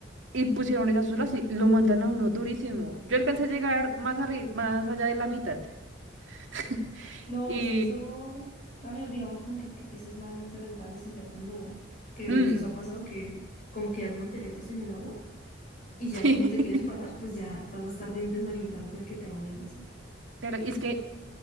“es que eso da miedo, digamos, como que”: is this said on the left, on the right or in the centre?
Left